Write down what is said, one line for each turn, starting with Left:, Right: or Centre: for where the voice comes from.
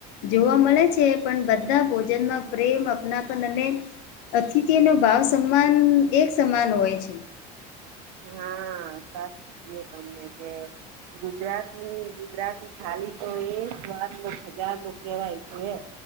Left: જોવા મળે છે પણ બધા ભોજનમાં પ્રેમ અપનાપન અને અતિથિનો ભાવ સમાન એક સમાન હોય છે
Right: હા સાચી કું તમને કે ગુજરાતની ગુજરાતી થાલી તો એ સ્વાદ નો ખજા નું કેહેવાય છે